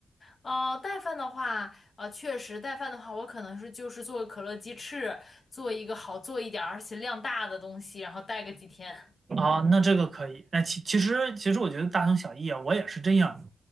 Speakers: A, on the left; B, on the right.
A: 哦，带饭的话，啊，确实带饭的话，我可能是就是做个可乐鸡翅，做一个好做一点儿，而且量大的东西，然后带个几天。
B: 啊，那这个可以。那其其实其实我觉得大同小异啊，我也是这样